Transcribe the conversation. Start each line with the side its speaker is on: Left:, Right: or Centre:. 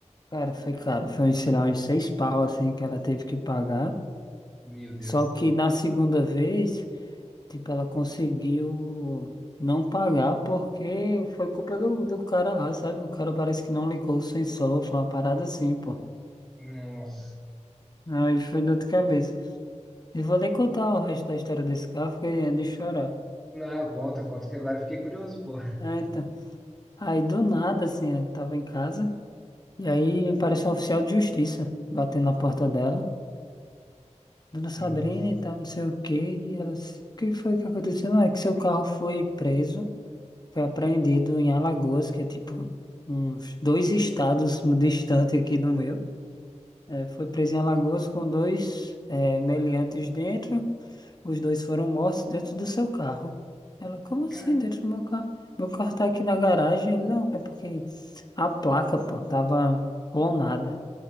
Left: Cara, foi caro, foi, sei lá, uns seis pau, assim, que ela teve que pagar.
Centre: Meu Deus.
Left: Só que na segunda vez. Tipo, ela conseguiu não pagar porque foi culpa do, do cara lá, sabe? O cara parece que não ligou o sensor, foi uma parada assim, pô.
Centre: Nossa.
Left: Aí foi dor de cabeça. E vou nem contar o resto da história desse carro, porque é de chorar.
Centre: Não, conta, conta que agora eu fiquei curioso, pô.
Left: É, então. Aí do nada, assim, ela tava em casa, e aí apareceu um oficial de justiça batendo na porta dela. Dona Sabrina
Centre: Nossa.
Left: e tal, não sei o quê. E ela disse, o que foi que aconteceu? Não, é que seu carro foi preso. Foi apreendido em Alagoas, que é tipo uns dois estados distante aqui do meu. É, foi preso em Alagoas com dois é, meliantes dentro. Os dois foram mortos dentro do seu carro. Ela, como assim
Centre: Cara.
Left: dentro do meu carro? Meu carro tá aqui na garagem. Ele, não, é porque a placa, pô, tava clonada.